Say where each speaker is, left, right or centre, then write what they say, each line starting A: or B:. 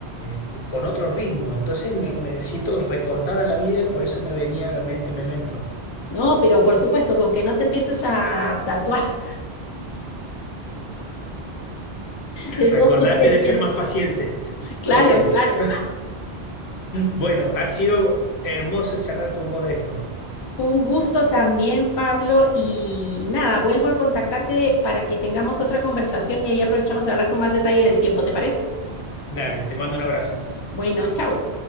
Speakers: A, on the left (about 80°); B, on the left (about 40°).
A: eh, con otro ritmo. Entonces me, me siento recortada la vida y por eso me venía a la mente Memento.
B: No, pero por supuesto, con que no te empieces a tatuar Estuvo
A: Acordate
B: súper
A: de
B: bien.
A: ser más paciente. <laughs>
B: Claro,
A: ¿Con quién?
B: claro.
A: <laughs> Bueno, ha sido hermoso charlar con vos de esto.
B: Un gusto también, Pablo. Y nada, vuelvo a contactarte para que tengamos otra conversación y ahí aprovechamos de hablar con más detalle del tiempo, ¿te parece?
A: Dale, te mando un abrazo.
B: Bueno, chao.